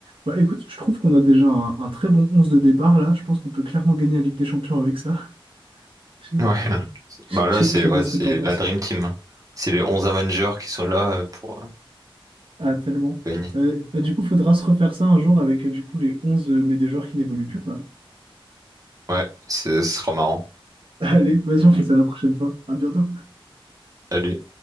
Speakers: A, on the right; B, on the right.
A: Bah, écoute, je trouve qu'on a déjà un, un très bon 11 de départ, là. Je pense qu'on peut clairement gagner la Ligue des Champions avec ça. <laughs> Je
B: Ouais. <laughs>
A: je-
B: Bah là, c'est
A: je- je sais
B: ouais,
A: pas ce
B: c'est
A: que t'en penses.
B: la Dream Team. C'est les 11 Avengers qui sont là euh, pour euh,
A: Ah, tellement.
B: gagner.
A: Euh, bah, du coup, faudra se refaire ça un jour avec, euh, du coup, les 11 euh, mais des joueurs qui n'évoluent plus, quoi.
B: Ouais, c'est- ce sera marrant.
A: <laughs> Allez, vas-y, on fait ça la prochaine fois. À bientôt.
B: Salut.